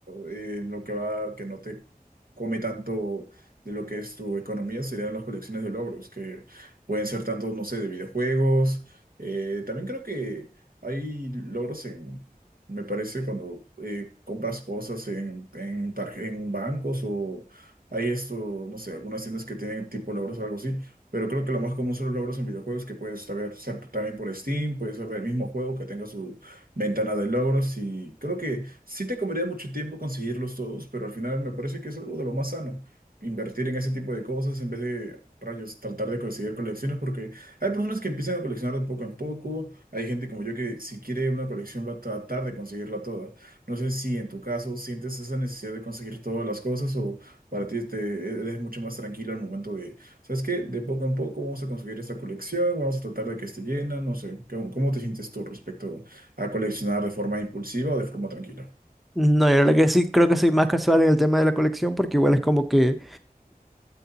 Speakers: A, on the right; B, in the centre.
A: eh, lo que va, que no te come tanto de lo que es tu economía, serían las colecciones de logros, que pueden ser tanto, no sé, de videojuegos. eh, también creo que hay logros en, me parece, cuando eh, compras cosas en, en, tarje- en bancos o hay esto, no sé, algunas tiendas que tienen tipo logros, algo así pero creo que lo más común son los logros en videojuegos que puedes saber ser también por Steam, puedes ser el mismo juego que tenga su ventana de logros y creo que sí te comería mucho tiempo conseguirlos todos, pero al final me parece que es algo de lo más sano, invertir en ese tipo de cosas en vez de rayos tratar de conseguir colecciones porque hay personas que empiezan a coleccionar de poco en poco, hay gente como yo que si quiere una colección va a tratar de conseguirla toda. No sé si en tu caso sientes esa necesidad de conseguir todas las cosas o para ti te eres mucho más tranquilo al momento de ¿Sabes qué? De poco en poco vamos a conseguir esta colección, vamos a tratar de que esté llena, no sé, ¿cómo, cómo te sientes tú respecto a coleccionar de forma impulsiva o de forma tranquila?
B: No, yo la verdad que sí, creo que soy más casual en el tema de la colección porque igual es como que